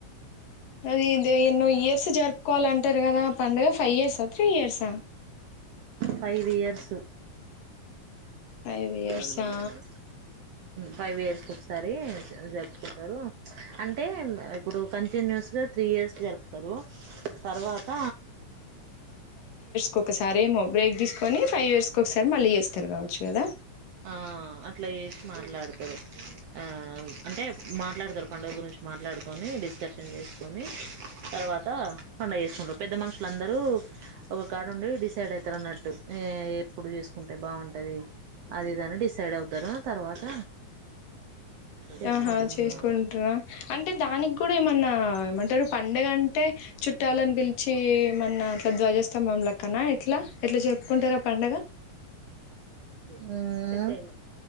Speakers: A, on the left; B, on the right.
A: అది దే ఎన్నో ఇయర్స్ జర్పుకోవాలంటరు కదా పండుగ ఫైవ్ ఇయర్సా త్రీ ఇయర్సా
B: ఫైవ్ ఇయర్సు
A: ఫైవ్ ఇయర్సా
B: గాజులంత మీడ ఫైవ్ ఇయర్స్ ఒకసారి జర్పుకుంటరూ అంటే ఇప్పుడు కంటిన్యూస్గా త్రీ ఇయర్స్ జరుప్తరూ తర్వాత
A: కొకసారేమో బ్రేక్ దీస్కోనీ ఫైవ్ ఇయర్స్ కొక్సారి మళ్ళీ చేస్తరు కావచ్చు కదా
B: ఆ అట్లా చేసి మాట్లాడ్తరూ ఆ అంటే మాట్లాడ్తరు పండుగ గురించి మాట్లాడుకొని డిస్కష్రన్ చేస్కోనీ తర్వాత పండగ చేస్కుంటరూ పెద్దమన్షులందరూ ఒక కాడుండి డిసైడ్ అయితరన్నట్టు ఏ ఎప్పుడు చేస్కుంటే బాగుంటది అదీఇదని డిసైడ్ అవుతారు ఆ తర్వాత చేసుకుంటారు
A: ఆహా చేస్కుంట్రా
B: అన్నమాట
A: అంటే దానిగ్గూడేమన్నా ఆ ఏమంటరూ పండగంటే చుట్టాలని పిల్చి ఏమన్న అట్లా ద్వజ స్థంబం లా కన ఎట్లా ఎట్లా జర్పుకుంటరా పండగ
B: మ్